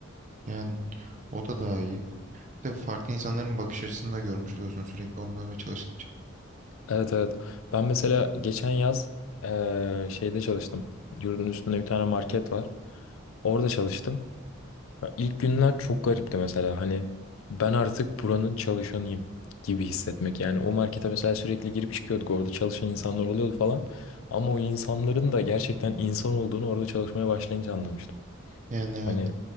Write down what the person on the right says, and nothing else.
Yani o da daha iyi. Bir De farklı insanların bakış açısını da görmüş oluyorsun sürekli onlarla çalıştıkça.
Yani evet